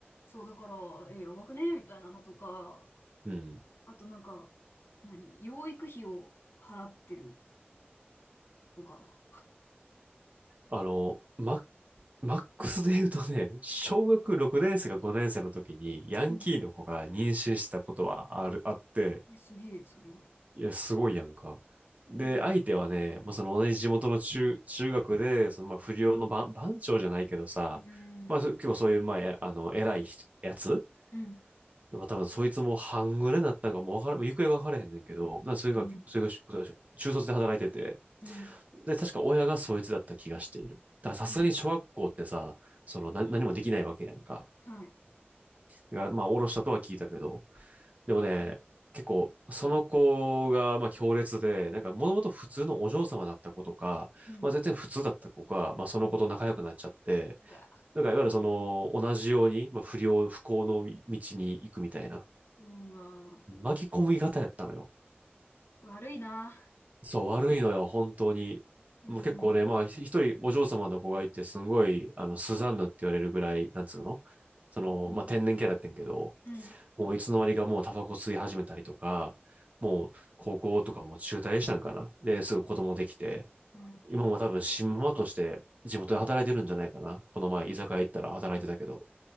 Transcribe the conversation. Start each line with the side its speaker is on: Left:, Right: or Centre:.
Left: そう、だから、え、やばくねみたいなのとか、
Right: うん。
Left: あとなんか、何、養育費を払ってるとか。
Right: あの、マ、マックスで言うとね、小学6年生か5年生の時にヤンキーの子が妊娠してたことはある、
Left: うん。
Right: あって、
Left: え、すげえ、それは。
Right: いや、すごいやんか。で、
Left: うん。
Right: 相手はね、まあ、その同じ地元の中、中学で、そのまあ不良の番、番長じゃないけどさ、
Left: うん。
Right: まあ、そ結構そういう、まあ、えあの、偉い人やつ
Left: うん。
Right: まあ多分そいつも半グレになったんかもうわからん、もう行方がわからへんねんけど、なそれが、
Left: うん。
Right: それがし中卒で働いてて、
Left: うん。
Right: で、確か親がそいつだった気がしている。たださすがに小学校ってさ、
Left: うん
Right: その何、何もできないわけやんか。
Left: はい。
Right: だからまあ、おろしたとは聞いたけど、でもね、結構、その子が、まあ、強烈で、なんか、もともと普通のお嬢様だった子とか、
Left: うん。
Right: まあ、全然普通だった子が、まあ、その子と仲良くなっちゃって、
Left: うん。うわ。
Right: なんか、いわゆるその、同じように、まあ、不良、不幸の道に行くみたいな。
Left: うわ。
Right: 巻き込み型やったのよ。
Left: 悪いな。
Right: そう、悪いのよ、本当に。
Left: うん。
Right: もう結構ね、まあ、ひ一人お嬢様の子がいて、すごい、あの、スザンヌって言われるぐらい、なんつうのその、
Left: うん。
Right: まあ、天然キャラやってんけど、
Left: うん。
Right: もういつの間にかもうタバコ吸い始めたりとか、もう高校とかも中退したんかな。で、すぐ子供できて、
Left: うん。
Right: 今も多分新ママとして地元で働いてるんじゃないかな。この前、居酒屋行ったら働いてたけど、